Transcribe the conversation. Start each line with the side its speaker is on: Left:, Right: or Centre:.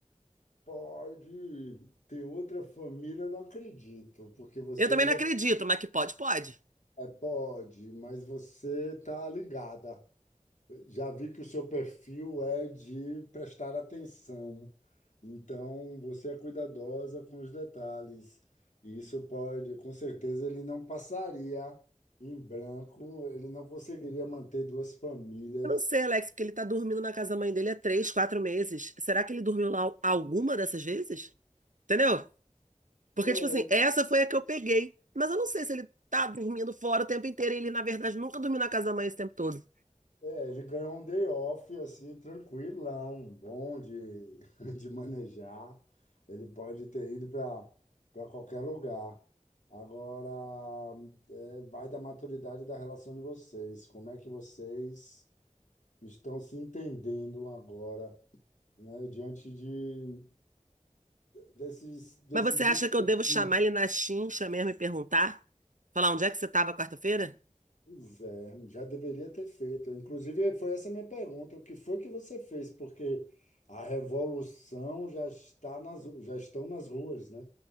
Left: Pode ter outra família, eu não acredito, porque você
Right: Eu também
Left: já
Right: não acredito,
Left: é,
Right: mas que pode, pode.
Left: pode, mas você está ligada. Já vi que o seu perfil é de prestar atenção, então você é cuidadosa com os detalhes. E Isso pode, com certeza, ele não passaria em branco, ele não conseguiria manter duas famílias.
Right: Eu não sei, Alex, porque ele tá dormindo na casa da mãe dele há três, quatro meses. Será que ele dormiu lá alguma dessas vezes? Entendeu? Porque,
Left: É,
Right: tipo assim, essa foi a que eu peguei. Mas eu não sei se ele tá dormindo fora o tempo inteiro e ele, na verdade, nunca dormiu na casa da mãe esse tempo todo.
Left: É, ele ganhou um day off, assim, tranquilão, bom de, <laughs> de manejar. Ele pode ter ido para para qualquer lugar. Agora, é, vai da maturidade da relação de vocês. Como é que vocês estão se entendendo agora, né, diante de, desses, desses
Right: Mas você acha
Left: estupins?
Right: que eu devo chamar ele na chincha mesmo e perguntar? Falar onde é que você estava quarta-feira?
Left: Pois é, já deveria ter feito. Inclusive, foi essa a minha pergunta. O que foi que você fez? Porque a revolução já está nas, já estão nas ruas, né?